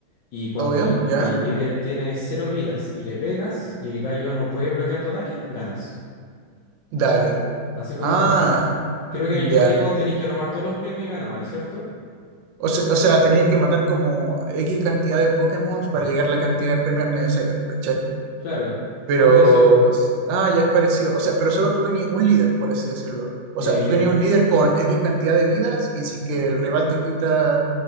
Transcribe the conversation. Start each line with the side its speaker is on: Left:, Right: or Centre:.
Left: Y cuando
Right: Obvio,
Left: el,
Right: ¿ya?
Left: el líder tiene cero vidas y le pegas y el gallo no puede bloquear tu ataque, ganas.
Right: Dale.
Left: Así funciona.
Right: Ah,
Left: Creo que
Right: Ya.
Left: en el Pokémon tenéis que robar todos los premios y ganabais, ¿cierto?
Right: O se- o sea, tenéis que matar como X cantidad de Pokémon para llegar a la cantidad de premios necesarios, ¿cachai?
Left: Claro.
Right: Pero,
Left: No, por eso.
Right: ah, ya es parecido. O sea, pero solo tú tenías un líder, por así decirlo. O
Left: eh,
Right: sea, tú tenías un líder con X cantidad de vidas y si es que el rival te quita